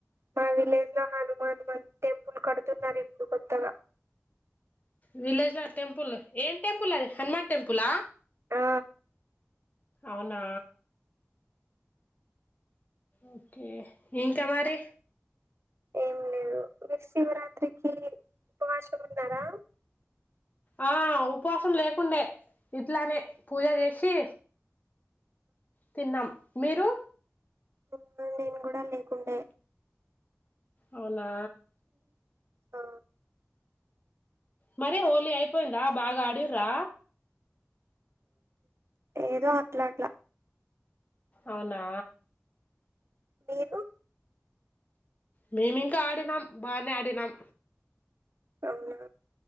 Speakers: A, on the right (about 60°); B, on the left (about 30°).
A: మా విలేజ్ లో హను మాన్ టెంపుల్ కడుతున్నారు ఇప్పుడు కొత్తగా
B: విలేజ్ లో టెంపుల్ ఏం టెంపుల్ అది హనుమాన్ టెంపుల
A: ఆ
B: అవునా ఓకే ఇంకా మరి
A: ఏం లేదు మీరు శివరాత్రికి ఉపవాసం ఉన్నారా
B: ఆ ఉపవాసం లేకుండే ఇంట్లానే పూజ చేసి తిన్నాం మీరు
A: అ నేను కూడా లేకుండే
B: అవునా
A: ఆ
B: మరి హోలీ అయిపోయిందా బాగా ఆడిర్రా
A: ఏదో అట్లాట్లా
B: అవునా
A: మీరు
B: మేమి ఇంకా ఆడినాం బానే ఆడినాం
A: అవున